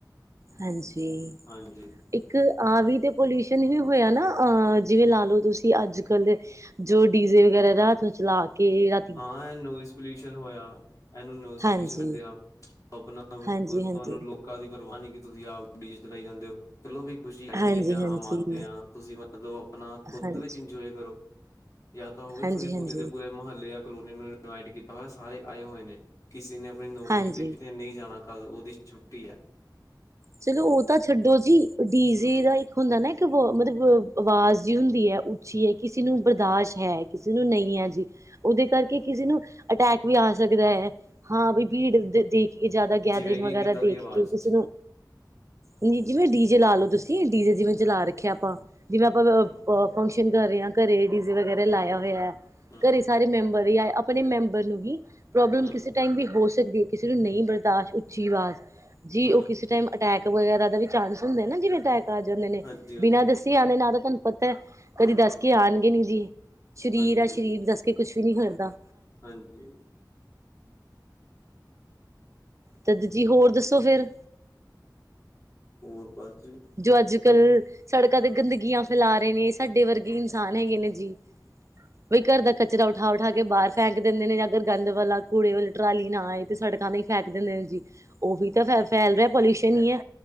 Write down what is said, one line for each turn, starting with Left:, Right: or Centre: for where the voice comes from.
Right: ਹਾਂਜੀ।
Left: ਹਾਂਜੀ
Right: ਇੱਕ ਆ ਵੀ ਤੇ ਪੋਲਿਊਸ਼ਨ ਵੀ ਹੋਯਾ ਨਾ ਅ ਜਿਵੇਂ, ਲਾਲੋ ਤੁਸੀਂ ਅੱਜ-ਕੱਲ ਜੋ ਡੀਜ਼ੇ ਵਗੈਰਾ ਰਾਤ ਨੂੰ ਚਲਾ ਕੇ ਰਾ
Left: ਹਾਂ, ਐਹ ਨੋਇਸ ਪੋਲਿਊਸ਼ਨ ਹੋਇਆ, ਐਨੂੰ ਨੋਇਸ
Right: ਹਾਂਜੀ
Left: ਪੋਲਿਊਸ਼ ਕੈੰਦੇ ਆ। ਅਪਣਾ
Right: ਹਾਂਜੀ ਹਾਂਜੀ
Left: ਤੁਹਾਨੂੰ ਲੋਕਾਂ ਦੀ ਪ੍ਰਵਾ ਨੀ, ਕਿ ਤੁਸੀਂ ਆਪ ਡੀਜੇ ਚਲਾਈ ਜਾਂਦੇ ਔ। ਚਲੋ ਵੀ ਖੁਸ਼ੀ ਹੈਗੀ
Right: ਹਾਂਜੀ
Left: ਏ, ਹਾਂ
Right: ਹਾਂਜੀ ਹਾਂਜੀ
Left: ਮੰਨਦੇ ਹਾਂ ਤੁਸੀਂ ਮਤਲਬ ਅਪਣਾ ਖੁਦ
Right: ਹਾਂਜੀ
Left: ਵਿੱਚ ਇੰਜੋਏ ਕਰੋ। ਯਾ ਤਾਂ ਹੋਵੇ,
Right: ਹਾਂਜੀ
Left: ਤੁਸੀਂ ਪੂਰੇ ਦੇ ਪੂਰੇ ਮੁਹੱਲੇ ਯਾ ਕਲੋਨੀ ਨੂੰ ਇਨਵਾਈਟ ਕੀਤਾ ਹੋਇਆ, ਸਾਰੇ ਆਏ ਹੋਏ ਨੇ ਕਿਸੇ ਨੇ ਅਪਣੀ ਨੌਕਰੀ
Right: ਹਾਂਜੀ
Left: ਤੇ ਕਿਤੇ ਨਹੀਂ ਜਾਣਾ। ਕੱਲ ਓਹਦੀ ਛੁੱਟੀ ਐ।
Right: ਚਲੋ ਓਹ ਤਾਂ ਛੱਡੋ ਜੀ, ਡੀ
Left: ਹਮ
Right: ਜੇ ਦਾ ਹੁੰਦਾ ਨਾ ਇੱਕ ਵੋ ਮਤਲਬ ਆਵਾਜ਼ ਜੀ ਹੁੰਦੀ ਐ ਉੱਚੀ ਐ ਕਿਸੀ ਨੂੰ ਬਰਦਾਸ਼ ਹੈ, ਕਿ ਕਿਸੇ ਨੂੰ ਨਹੀਂ ਹੈ, ਜੀ ਓਹਦੇ ਕਰਕੇ ਕਿਸੇ ਨੂੰ ਅਟੈਕ ਵੀ ਆ ਸਕਦਾ ਹੈ। ਹਾਂ, ਬਈ ਭੀੜ ਦੇ ਦੇਖ, ਕੇ ਜੈਦਾ ਗੈਦਰਿੰਗ
Left: ਜਿਵੇਂ ਕਿ
Right: ਵਗੈਰਾ
Left: ਕਿੱਦਾਂ ਦੀ
Right: ਦੇਖ
Left: ਆਵਾਜ਼
Right: ਕੇ ਕਿਸੇ ਨੂੰ ਨੀ ਜਿਵੇਂ ਡੀਜੇ ਲਾਲੋ ਤੁਸੀਂ ਡੀਜੇ ਜਿਵੇਂ, ਚਲਾ ਰੱਖਿਆ ਆਪਾਂ ਜਿਵੇਂ ਅਪਾਂ ਅ
Left: ਹਮ
Right: ਫੰਕਸ਼ਨ ਕਰ ਰੇ ਆਂ ਘਰੇ ਏ ਡੀਜ਼ੇ ਵਗੈਰਾ ਲਾਇਆ ਹੋਇਐ,
Left: ਹਮ
Right: ਘਰੇ ਸਾਰੇ ਮੈਂਬਰ ਹੀਐ ਅਪਾ ਅਪਣੇ ਮੈਂਬਰ ਨੂੰ ਹੀ ਪ੍ਰੋਬਲਮੇ
Left: ਹਮ
Right: ਕਿਸੇ ਟਾਈਮ ਵੀ ਹੋ ਸਕਦੀ ਹੈ, ਕਿਸੇ ਨੂੰ ਨਹੀਂ ਬਰਦਾਸ਼ਤ ਉਚੀ ਅਵਾਜ਼। ਜੀ
Left: ਹਮ
Right: ਓਹ ਕਿਸੇ ਟਾਈਮ ਅਟੈਕ ਵਗੈਰਾ ਦਾ ਵੀ ਚਾਂਸ ਹੁੰਦੇ ਨਾ, ਜਿਵੇਂ ਅਟੈਕ ਆ ਜਾਂਦੇ ਨੇ,
Left: ਹਾਂਜੀ ਹਾਂਜੀ
Right: ਬਿਨਾਂ ਦਸ ਤੀਆਂ ਦੇ ਨਾ ਤੇ ਤੁਹਾਨੂੰ ਪਤੈ
Left: ਹਮ
Right: ਕਦੀ ਦੱਸ ਕੇ ਆਣਗੇ ਨੀ ਜੀ, ਸਰੀਰ
Left: ਹਾਂਜੀ
Right: ਆ
Left: ਹਾਂਜੀ
Right: ਸਰੀਰ ਦੱਸ ਕੁੱਛ ਵੀ ਨੀ ਹਰਦਾ
Left: ਹਾਂਜੀ।
Right: ਤਦ ਜੀ ਹੋਰ ਦੱਸੋ, ਫੇਰ?
Left: ਹੋਰ ਬਸ ਜੀ।
Right: ਜੋ ਅੱਜ-ਕੱਲ੍ਹ ਸੜਕਾਂ ਤੇ ਗੰਦਗੀਆਂ ਫੈਲਾ ਰੇ ਨੇ ਸਾਡੇ ਵਰਗੇ ਇਨਸਾਨ ਹੈਗੇ ਨੇ ਜੀ। ਬਈ ਘਰ ਦਾ ਕਚਰਾ ਉਠਾ-ਉਠਾ ਕੇ ਬਾਰ ਫੈਂਕ ਦਿੰਦੇ ਨੇ, ਜਾਂ ਅਗਰ ਗੰਦ ਵਾਲਾ ਕੂੜੇ ਵਾਲੇ ਟਰਾਲੀ ਨਾ ਆਏ ਤੇ ਸੜਕਾਂ ਤੇ ਈ ਫੈਕ ਦਿੰਦੇ ਨੇਂ ਜੀ ਓਹੀ ਤਾਂ ਫੈ-ਫੈਲ ਦੇ ਪੋਲਿਊਸ਼ਨ ਹੀ ਹੈ